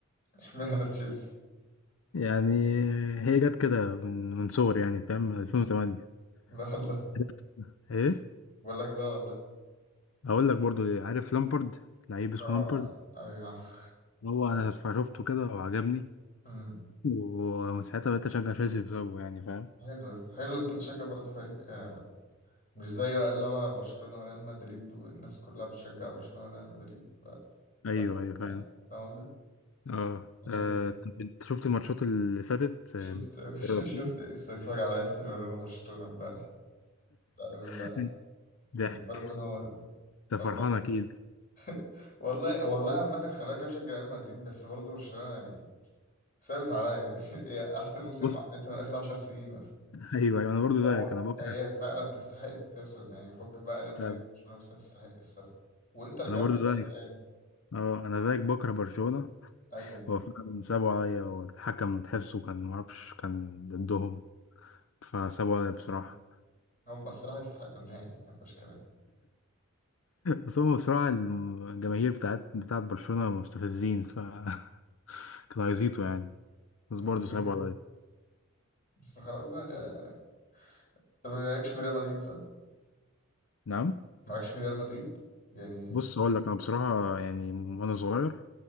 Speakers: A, on the left; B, on the left.
A: اشمعنى تشيلسي
B: يعني هي جت كده من من صغري يعني فاهم 2008
A: لا والله
B: <laughs> ايه
A: بقول لك لا والله
B: اقول لك برضو ليه. عارف لامبرد لعيب اسمه
A: اه
B: لامبرد
A: آه، ايوه عارف
B: هو انا شفته كده وعجبني
A: أمم،
B: ومن ساعتها بقيت اشجع تشيلسي بسببه يعني فاهم
A: حلو حلو انت بتشجع برضه فريق آه، مش زي بقى اللي هو برشلونة وريال مدريد والناس كلها بتشجع برشلونة وريال مدريد لا
B: ايوه
A: فريق
B: ايوه فاهم
A: آه، فاهم قصدي؟
B: اه
A: ده
B: آه،
A: حلو
B: طب انت شفت الماتشات اللي فاتت
A: شفت
B: آه،
A: <laughs>
B: دوري الابطال
A: شفت استفسار على انتر ميلان وبرشلونة امبارح لا قبل امبارح
B: <laughs> ضحك
A: كان ضرب نار
B: انت
A: والله
B: فرحان اكيد
A: <laughs> والله والله عامة خلاك بشجع ريال مدريد بس برضه برشلونة يعني ثابت عليا <laughs> يعني هي احسن موسم
B: بص <laughs>
A: عملته من اخر 10 سنين
B: ايوه ايوه انا برضو زيك
A: هو
B: انا بكره
A: هي فعلا تستحق توصل النهائي فك بقى ريال مدريد
B: فعلا
A: برشلونة بس هي تستحق الصراحة وانتر جامدة
B: انا برضو زيك
A: برضه يعني
B: اه انا زيك بكره برشلونه
A: ايوه
B: هو فعلا سابوا عليا والحكم تحسه كان معرفش كان ضدهم فسابوا عليا بصراحه
A: يعني هم الصراحة يستحقوا النهائي يعني ما فيهاش كلام
B: بس هم بصراحة الجماهير بتاعت بتاعت برشلونة مستفزين ف <laughs> كانوا هيزيطوا يعني بس
A: مم.
B: برضه
A: كده
B: صعبوا
A: كده.
B: عليا
A: بس خلاص بقى ده- طب ما مالكش في ريال مدريد صح؟
B: نعم
A: مالكش في ريال مدريد يعني
B: بص هقول لك أنا بصراحة يعني وأنا صغير